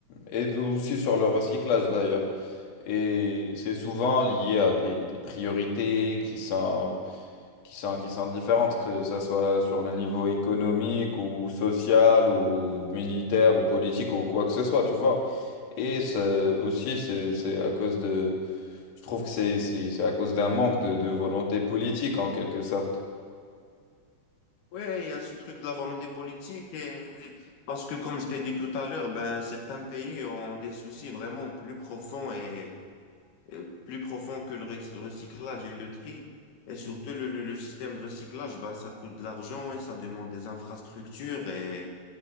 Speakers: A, on the left; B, on the left.
A: euh, et de- aussi sur le recyclage d'ailleurs. Et c'est souvent lié à des, des priorités qui sont, qui sont, qui sont différentes, que ce soit sur le niveau économique ou social ou militaire ou politique ou quoi que ce soit, tu vois. Et c'est- aussi, c'est c'est à cause de je trouve que c'est c'est- c'est à cause d'un manque de, de volonté politique en quelque sorte.
B: Ouais, il y a ce truc de la volonté politique et parce que comme je t'ai dit tout à l'heure, ben certains pays ont des soucis vraiment plus profonds et, et plus profonds que le rec- recyclage et le tri. Et surtout le, le, le système de recyclage, ben ça coûte de l'argent et ça demande des infrastructures et